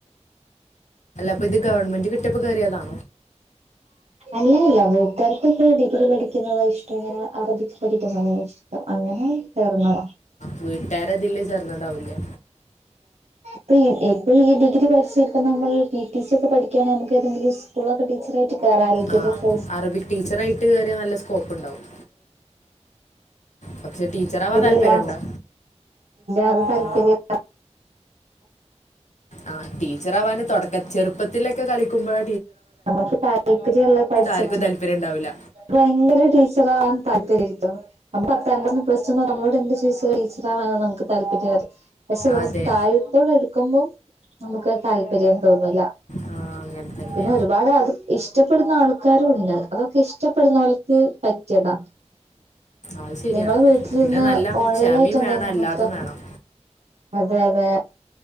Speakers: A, on the left (about 80°); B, on the right (about 65°).
A: അപ്പ ഇത് ഗവൺെന്റ് കിട്ടപ്പോ കയറിയാണോ
B: അല്ലല്ല വൂട്ടുകാക്ക്ൊക്ക ഡിഗ്രി പഠിക്കുന്നത ഇഷ്ടം എങ്ങനെ അറബിക്ക് പഠിക്കുന്ന ചോം അങ്ങനെ തേർന്നത
A: വീട്ടുകാരതില് ചേർന്നതാവില്ലേ
B: ഇപ്പ ഇപ്പൊ ഈ ഡിഗ്രി പഠിച്ച ഇപ്പ നമ്മള് പി ടി സി ഒക്കെ പഠിക്കയാണങ്ക നമുക്ക് തെങ്കിലും സ്ളക്കെ ടീച്ച ആട്ട് കറും ഇക്കിലക്ക
A: ആ അറബിക് ടീച്ചറായിട്ട് കയറിയ നല്ല സ്കോപ്പ് ഉണ്ടാവും പക്ഷെ ടീച്ചറാവാൻ താല്പര്യം
B: അല്ല
A: ഉണ്ടോ
B: അാന്തായി
A: ആ
B: <unintelligible>
A: ആ് ടീച്ചറവാാന് തുടക്ക ചെറുപ്പത്തിലൊക്കെ കളിക്കുമ്പോഴ
B: നമുക്ക് താല്പര്യല്ല പഠിച്ചിട്ട്
A: ആർക്കും താല്പര്യം ഉണ്ടാവില്ല
B: ഭയങ്കരടീ ച്ചവാൻ താപര്യട്ടോ അപ്പൊ പ്ര നമ്മളോട് എന്ത് ചോ ടീച്ചർ ആാനോ നമുക്ക് താല്പര്യം പക്ഷെ നമുക്ക്
A: അതെ
B: കാര്യത്തോട് അടുക്കുമ്പോൾ എടുക്കുമ്പം നമുക്ക് താല്പര്യം തോന്നില്ല
A: ആ, അങ്ങനെ തന്നെ
B: പിന്നെ ഒരുപാട് അത് ഇഷ്ടപ്പെടുന്ന ആൾക്കാരു ഉണ്ട് അതൊക്കെ ഇഷ്ടപ്പെടുന്ന ആൾക്ക് പറ്റിയതാ
A: അത് ശരിയാണ്
B: നിങ്ങള് വീട്ടിലിരുന്ന്
A: പിന്നെ നല്ല
B: ഓൺലൈൻ
A: ക്ഷമയും
B: ആയിട്ട് എന്തരുന്നു
A: വേണം എല്ലാതും
B: നോക്ക
A: വേണം
B: അതെ അതെ